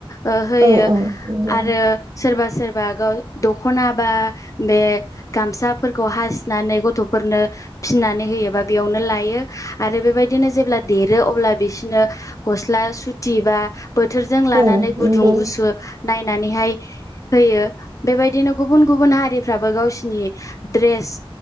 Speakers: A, on the left; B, on the right.
A: ओ होयो
B: औ औ नंगौ
A: आरो सोरबा सोरबा गाव दखना बा बे गामसाफोरखौ हासिनानै गथ'फोरनो फिनानै होयोबा बेयावनो लायो आरो बेबायदिनो जेब्ला देरो अब्ला बिसोरनो गस्ला सुथि बा बोथोरजों
B: औ
A: लानानै गुदुं
B: नंगौ
A: गुसु नायनानैहाय होयो बेबायदिनो गुबुन गुबुन हारिफ्राबो गावसिनि द्रेस